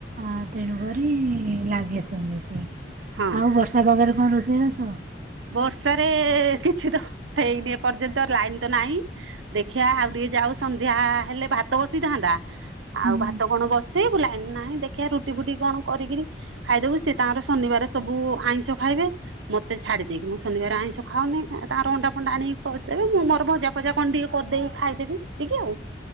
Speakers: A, on the right (about 45°); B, on the right (about 85°).
A: ଆ ତେଣୁକରି ଲାଗେ ସେମିତି।
B: ହଁ
A: ଆଉ ବର୍ଷା ପାଗରେ କଣ ରୋଷେଇବାସ।
B: ବର୍ଷାରେ କିଛି ତ ହେଇନି ଏପର୍ଯ୍ୟନ୍ତ ଲାଇନ ତ ନାହିଁ। ଦେଖିଆ ଆଉ ଟିକେ ଯାଉ ସନ୍ଧ୍ୟା ହେଲେ ଭାତ ବସିଥାନ୍ତା
A: ହଁ
B: ଆଉ ଭାତ କଣ ବସି ସେ ବୁଲାଇନି ନାହିଁ ଦେଖିବା ରୁଟି ଫୁଟି କଣ କରିକିରି। ଖାଇଦବୁ ସେ ତାଙ୍କର ଶନିବାର ସବୁ ଆଇଁଷ ଖାଇବେ ମତେ ଛାଡ଼ି ଦେଇକି ମୁ ଶନିବାର ଆଇଁଷ ଖାଉନି ତାଙ୍କର ଅଣ୍ଡା ଫଣ୍ଡା ଆଣିକି କରିଦେବେ ମୁଁ ଭଜା ଫଜା କଣ ଟିକେ କି କରିଦେଇି ଖାଇଦେବି। ଏତିକି ଆଉ